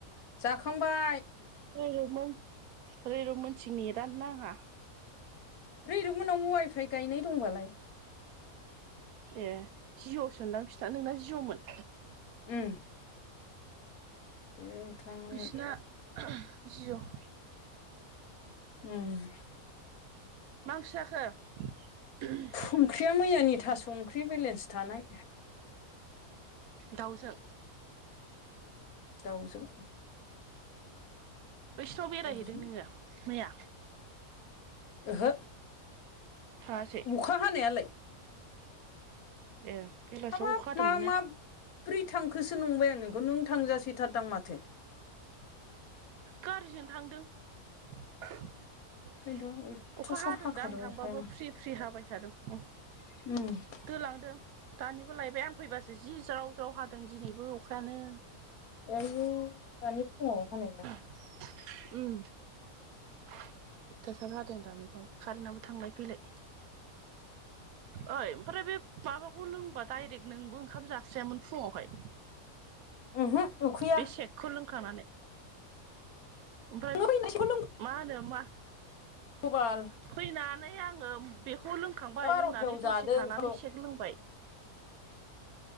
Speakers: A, on the left (about 75°); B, on the right (about 75°).
A: जाखांबाय।
B: रैरुबमोन रैरुमोननिथिं नेटआनो नांङा।
A: रैरुब मोननाव वाइफाइ गायनाय दंबालाय?
B: ए जिय' सोनदां बिसिना नोंना जिय'मोन?
A: उम। एवथानानै
B: बिसिना <unintelligible> जिअ'।
A: उम
B: मा ओंख्रि जाखो? <unintelligible>
A: ओंख्रिया मैयानि थास' ओंख्रि बेलेन्स थानाय।
B: दाउजों?
A: दाउजों
B: बैसिनाव बेरायहैदों
A: दाउजों
B: नोङो मैया?
A: ओहो।
B: थाङासै?
A: अखा हानायालाय?
B: ए। बेलासियाव
A: हाबाब
B: अखा हादोंमोन
A: मा
B: ने
A: माब्रै थांखोसो नंबाय आं नोंखौ नों थांजासिथार दां माथो।
B: गारिजों थांदों। <inaudible>
A: ओंखायनोथ' अयथासार
B: अखा हादों
A: हाखादों
B: दा आं थांबाबो
A: अखाया
B: फ्रि फ्रि हाबाय थादों उम।
A: <inaudible>
B: दोनलांदों दानिबो लायबाय आं फैबासो जि ज्राव जाव हादों दिनैबो अखायानो।
A: आयु दानि फुङाव हानाय दा।
B: उम। अयथासार हादों दानिबाव कारेन्टाबो थांलाय फैलाय। ओइ ओमफ्राय बे माबाखौ लोंबा डायरेक्ट नोंबो ओंखाम जास्रियामोन फुङावहाय?
A: ओहो उखैया
B: बे सेकखौ लोंखानानै। ओमफ्राय
A: नों फैनायखौ
B: मा होनो मा
A: खबाल?
B: फैनानै आङो बेखौ लोंखांबाय
A: दा बार'थायाव
B: लोंनानै
A: जादो
B: दसे
A: ओंखामखौ
B: थानानै सेक लोंबाय।